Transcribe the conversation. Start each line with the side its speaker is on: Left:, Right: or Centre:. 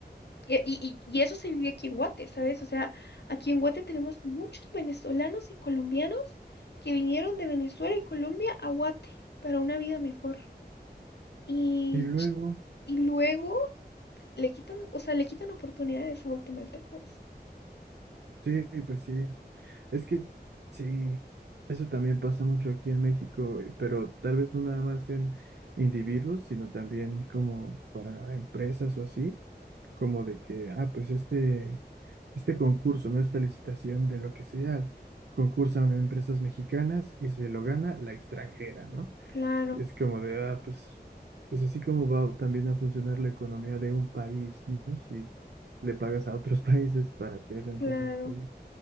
Left: Y, y- y- y eso se vive aquí en Guate, ¿sabes? O sea, aquí en Guate tenemos muchos venezolanos y colombianos que vinieron de Venezuela y Colombia a Guate para una vida mejor. Y,
Right: y luego,
Left: ch- y luego le quitan, o sea, le quitan oportunidades a guatemaltecos.
Right: sí, pues sí. Es que sí, eso también pasa mucho aquí en México, eh, pero tal vez no nada más en individuos, sino también como para empresas o así, como de que, ah, pues este, este concurso, ¿no? Esta licitación de lo que sea, concursan empresas mexicanas y se lo gana la extranjera, ¿no?
Left: Claro,
Right: Es como de, ah, pues, pues así como va también a funcionar la economía de un país, ¿no? Si le pagas a otros <laughs> países para que hagan
Left: claro.
Right: cosas tuyas.